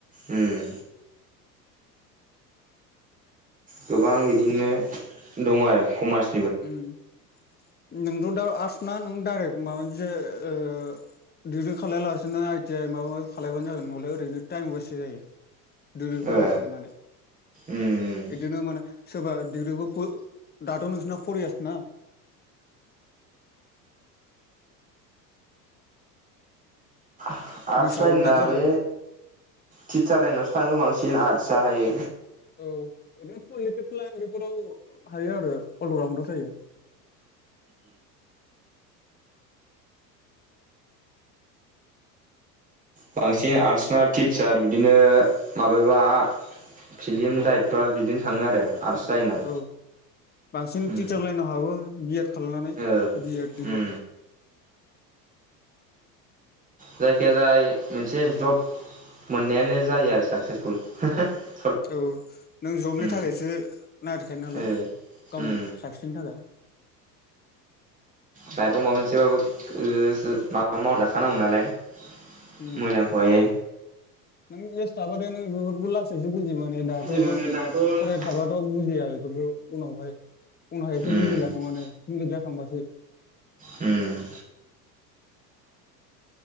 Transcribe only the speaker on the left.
उम नोंथ' दा आर्टस ना नों डाइरेक्ट माबा मोनसे ओ डिग्रि खालाया लासिनो आइटि आइ माबा माबि खालायबानो जागोन नालाय ओरैनो टाइम वेससो जायो दिग्रिखौ कमप्लिट
खालामनानै
बिदिनो माने सोरबा डिग्रिखौ दाथ' नोंसोरना फरइयारसना
बैसोआबो
बेक जालाङो
माने
औ ओरैनो पलिट लाइन बेफोराव हायो आरो अलराउडआव जायो
औ बांसिन
टिचार लाइनाव हाबो बि एद खालामनानै
बि एड दि
लेड <inaudible>
औ नों जबनि
थाखायसो नागिरखायो नालाय
गावनि
स नि‌ थाखाय
<unintelligible>
माबानायानो ओप्लास बुजिमोनो दाथ'
फराय थाबाथ' बुजिया बेफोरखौ। उनावहाय उनावहायसो
बुजिलाङो माने <unintelligible> थांबासो।